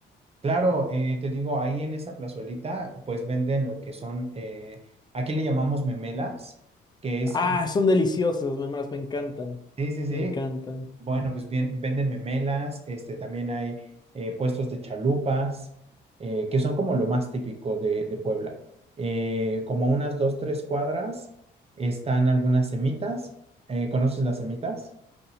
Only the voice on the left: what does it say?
Ah,
son deliciosos, me, me las- me encantan,
me encantan.